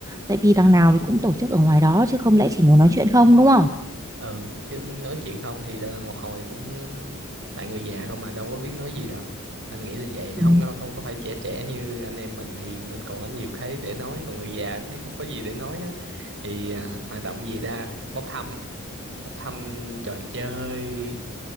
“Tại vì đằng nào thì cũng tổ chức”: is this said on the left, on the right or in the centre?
Right